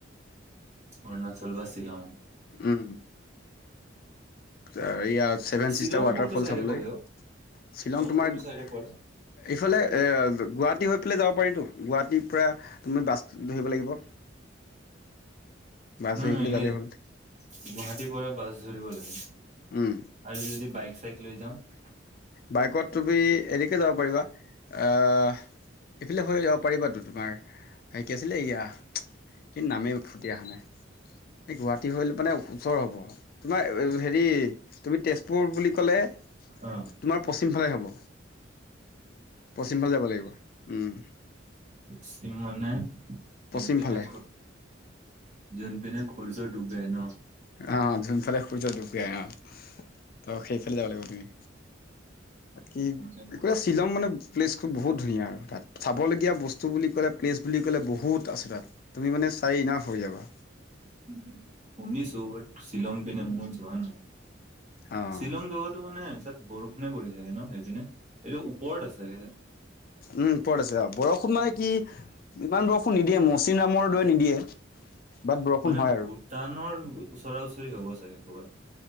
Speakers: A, on the right (about 35°); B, on the left (about 50°).
A: অৰুণাচল বা ছিলং।
B: উম। ইয়াৰ ছেভেন
A: শ্বিলং
B: চিষ্টাৰ ৱাটাৰফল
A: কোনটো চাইডে
B: চাবলৈ।
A: পৰে অ?
B: শ্বিলং তোমাৰ-
A: কোনটো
B: এইফালে
A: চাইডে পৰে?
B: এ গুৱাহাটী হৈ পেলাই যাব পাৰিতো। গুৱাহাটীৰ পৰা- তুমি বাছ ধৰিব লাগিব। বাছ
A: নহ
B: ধৰি পেলাই
A: এনে
B: যালেই
A: গুৱাহাটীৰ
B: হ'ল
A: পৰা বাছ ধৰিব লাগে।
B: উম
A: আৰু যদি বাইক-চাইক লৈ যাওঁ-
B: বাইকত তুমি এনেকৈ যাব পাৰিবা আ- এইফালে হৈ যাব পাৰিবটো তোমাৰ কি আছিলে এয়া- কি নামেই ফুটি অহা নাই, এই গুৱাহাটী হৈল মানে ওচৰ হব। তোমাৰ হেৰি, তুমি তেজপুৰ বুলি ক'লে-
A: অ
B: তোমাৰ পশ্চিম ফালে হব, পশ্চিম ফালে যাব লাগিব, উম।
A: পশ্চিম মানে যোনপিনে-
B: পশ্চিম ফালে
A: যোন পিনে সূৰ্য্য ডুবে ন।
B: অঁ, যোন ফালে সূৰ্য্য ডুবে আহ। ত, সেইফালে যাব লাগিব তুমি। বাকী
A: মানে মোৰ
B: একো শ্বিলং মানে- প্লেচটো বহুত ধুনীয়া আৰু তাত চাবলগীয়া বস্তু বুলি ক'লে প্লেচ বুলি ক'লে বহুত আছে তাত। তুমি মানে চাই এনাফ হৈ যাবা।
A: উম, শুনিছো বাট শ্বিলং পিনে মই যোৱা নাই।
B: অ'।
A: শ্বিলং জগাটো মানে তাত বৰষুণে পৰি থাকে ন, সেইপিনে এইটো ওপৰত আছেগে।
B: উম ওপৰত আছে অ', বৰষুণ মানে কি ইমান বৰষুণ নিদিয়ে মৌচিম নামৰ দৰে নিদিয়ে। বাট বৰষুণ
A: মানে
B: হয়
A: ভূটানৰ
B: আৰু
A: ওচৰা-ওচৰি হ'ব চাগে ক'ৰবাত।